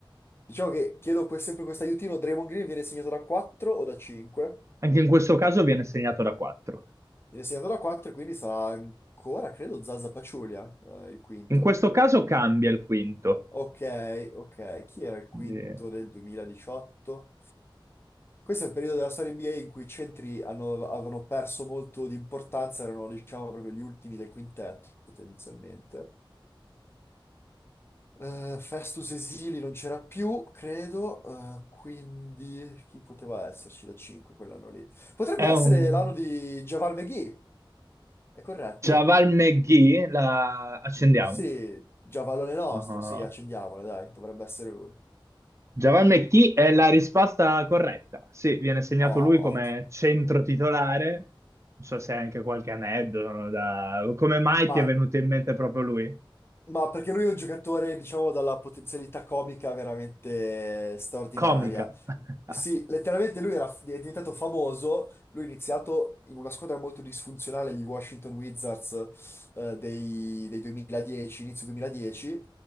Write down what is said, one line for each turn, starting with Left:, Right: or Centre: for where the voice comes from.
Left: diciamo che chiedo que- sempre questo aiutino, Draymond Green viene segnato da 4 o da 5?
Right: anche in questo caso viene segnato da 4.
Left: Viene segnato da 4 e quindi sarà ancora, credo, Zaza Pachulia, eh, il quinto.
Right: In questo caso cambia il quinto.
Left: Ok, ok. Chi era il quinto
Right: Quindi
Left: del 2018? Questo è il periodo della storia NBA in cui i centri hanno- avevano perso molto di importanza, erano diciamo proprio gli ultimi del quintetto tendenzialmente. Eh, Festus Esili non c'era più, credo, eh, quindi chi poteva esserci da 5 quell'anno lì? Potrebbe
Right: È
Left: essere
Right: un
Left: l'anno di Javal McGee, è corretto?
Right: Javal McGee, la accendiamo.
Left: Sì, Javalone nostro,
Right: Ah,
Left: sì, accendiamola, dai, dovrebbe essere lui.
Right: Javal McGee è la risposta corretta. Sì, viene segnato
Left: Oh,
Right: lui come
Left: ottimo.
Right: centro titolare. Non so se hai anche qualche aneddoto da- Come mai
Left: Ma
Right: ti è venuto in mente proprio lui?
Left: Ma perché lui è un giocatore, diciamo, dalla potenzialità comica veramente straordinaria.
Right: Comica. <laughs>
Left: Sì, letteralmente lui era, è diventato famoso, lui ha iniziato in una squadra molto disfunzionale, gli Washington Wizards, eh, dei, dei 2010, inizio 2010,